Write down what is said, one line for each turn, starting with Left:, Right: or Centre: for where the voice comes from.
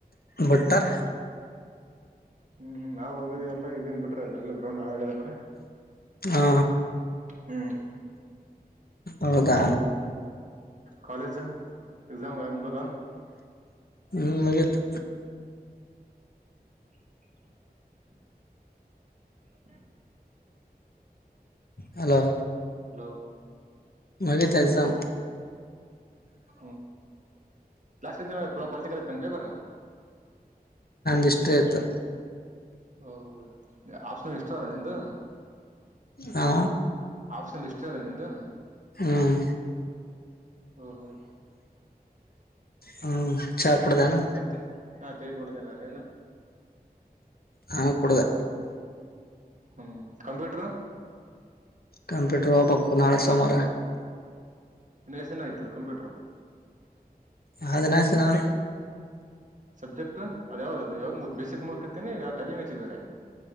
Left: ಬಟ್ಟರೆ.
Right: ಹ್ಮ್ ಹ್ಮ್ ನಾವು ಹೋಗತಿದೀ ಎಲ್ಲ ಇದನ್ ಬಿಟ್ರ ಇದೆಲ್ಲ ಗ್ರೌಂಡ್ ಹಳಾಗದಲ್ಲಿ.
Left: ಹಾ
Right: ಹ್ಮ್
Left: ಹೌದಾ.
Right: ಕಾಲೇಜು ಎಕ್ಸಾಮ್ ಮುಗ್ದವ್ ಏನು.
Left: ಹ್ಮ್ ಮುಗಿತು.
Right: <inaudible> <inaudible>
Left: ಹಲೋ.
Right: ಹಲೋ
Left: ಮುಗಿತ ಕೆಲಸ.
Right: ಹ್ಮ ಲಾಸ್ಟ ಪೊಲಿಟಿಕಲ್ ಇತೆನ್ನಾ ಪೇಪರ್.
Left: ಹಿಸ್ಟರಿ ಇತ್ತು.
Right: ಓಹೋ ಆಪ್ಷನಲ್ ಹಿಸ್ಟರಿ ಅದ ನಿಂದು.
Left: ಹಾ
Right: ಆಪ್ಷನಲ್ ಹಿಸ್ಟರಿ ಅದ ನಿಂದು.
Left: ಹ್ಮ್
Right: ಓಹೋ
Left: ಹ್ಮ್ ಚಾ ಕುಡಿದೆನಾ
Right: ಮತ್ತೆ ಹಾ ಟೇ ಕೊಡ್ದೇನಾ ನೀನು.
Left: ಹಾ ಕುಡಿದೆ.
Right: ಹ್ಮ್ ಕಂಪ್ಯೂಟರ್
Left: ಕಾಂಪಿಟೇಟ್ರ್ ಓದಬೇಕು ನಾಳೆ ಸೋಮಾರ.
Right: ಮ್ಯಾಗ್ಸಿನ್ಐತಲ ಕಂಪ್ಯೂಟರ್
Left: ಅದ ನ ಸ ನ <inaudible>
Right: ಸಬ್ಜೆಕ್ಟ್ ಅದ ಯಾವ್ದದದು ನೀವ್ದ್ ಬೇಸಿಕ್ ಮುಗಕರ್ತೀ <unintelligible> ಯಾವ ಟೈಮಿಂಗ್ ಹಚ್ಚಿದರೆ.